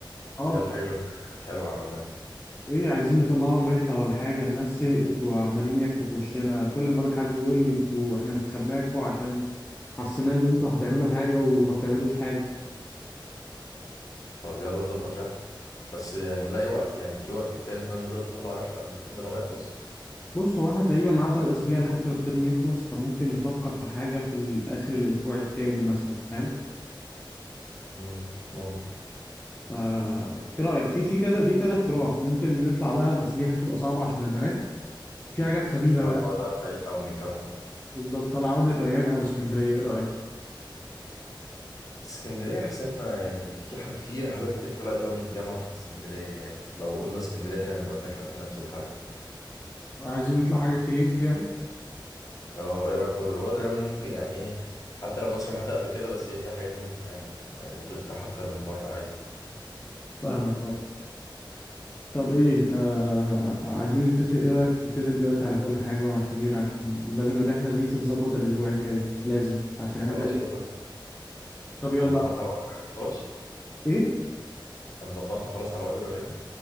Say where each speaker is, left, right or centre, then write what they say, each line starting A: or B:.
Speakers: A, on the left; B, on the left.
A: اه
B: هي الحاجه الوحيده اللي كانت حلوه عملناها
A: ايه عايزين نطلعهم رحله ولا حاجه الناس سئت وعمالين ياكلوا في وشنا كل ما اقابل حد يقول لي انتوا احنا انتخبناكوا عشان حسينا ان انتوا هتعملوا حاجه وما بتعملوش حاجه
B: طب يلا نظبط رحله بس هنلاقي وقت يعني في وقت كفايه ان احنا نقدر نطلع رحله قبل الترم ده ما يخلص
A: بص هو احنا تقريبا معانا ثلاث اسابيع لحد ما الترم يخلص فممكن نفكر في حاجه في ال- اخر الاسبوع التاني مثلا فاهم
B: امم ممكن
A: فا ايه رايك في في كذا في كذا اقتراح ممكن نطلع دهب بس دي هتبقى صعبه عشان البنات في حاجات خفيفة
B: ده
A: بقى
B: ده بعيد قوي من الجامعه
A: بالظبط طب عوادي الريان أو اسكندرية إيه رأيك؟
B: اسكندريه حاسس ان احنا يعني في ح- في رحلات كتير طلعت قوي من الجامعه راحت اسكندريه يعني لو قلنا اسكندريه تاني هنبقى بنحرق في نفس الحاجه
A: عايزين نطلع حاجة كرييتيف يعني؟
B: اه ايه رايك في وادر وادر يعني ممكن يعني ايه حتى لو مصر حتى قبل كده بس هي فيها حاجات تانية تتعمل يعني ممكن تروح اكتر من مره عادي
A: فاهمك اه طب إيه آه عايزين نتفق إيه رأيك نتفق دلوقتي على كل حاجة بقى محتاجين عشان لازم الرحلة دي تتظبط الأسبوع الجاي لازم عشان إحنا
B: خلاص
A: تقريبا
B: يلا
A: طب يلا
B: هنظبطها على وادر الريان خلاص
A: إيه؟
B: هنظبطها خلاص على وادي الريان